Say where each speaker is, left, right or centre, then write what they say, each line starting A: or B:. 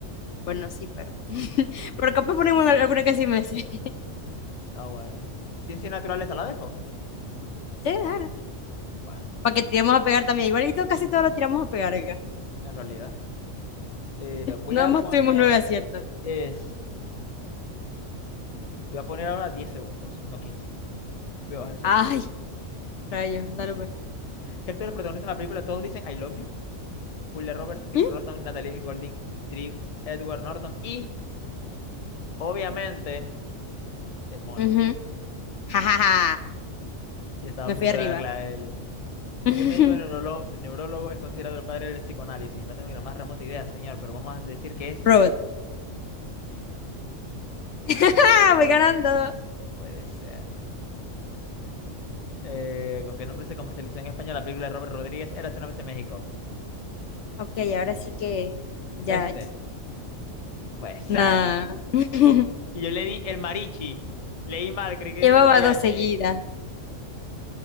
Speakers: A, on the left (about 65°); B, on the left (about 35°).
A: Bueno, sí, pero. Pero capaz ponemos al- alguna que sí me sé. <laughs>
B: Ah, bueno. Ciencias naturales, ¿la dejo?
A: Sí, dale.
B: Bueno,
A: Para que tiremos a pegar también. Igualito casi todos lo tiramos a pegar acá.
B: en realidad. Eh, voy
A: Nada
B: a
A: más
B: poner,
A: tuvimos nueve aciertos.
B: es, voy a poner ahora 10 segundos, no quince, Voy a bajarle segundos.
A: Ay, rayo, dale pues.
B: ¿Qué actores protagonizan la película? Todos dicen I love you. Julia Roberts, Tim
A: ¿Mm?
B: Roton, Natalie Golding, Drew Edward Norton y, obviamente, demonios.
A: Ujú. Ja, ja, ja.
B: Y estaba
A: Me
B: a punto
A: fui arriba.
B: de darle a él.
A: <laughs>
B: ¿Qué médico neurolo- neurólogo es considerado el padre del psicoanálisis? No tengo ni la más remota idea, señor, pero vamos a decir que es.
A: Road. Ah, voy ganando.
B: Puede ser. Eh, ¿con qué nombre se comercializó en España la película de Robert Rodríguez? Érase una vez en México.
A: Ok, ahora sí que ya.
B: Este. Puede ser.
A: Nah. <laughs>
B: Y yo le di el marichi. Leí mal, creí que decía
A: Llevaba
B: el mariachi.
A: dos seguidas.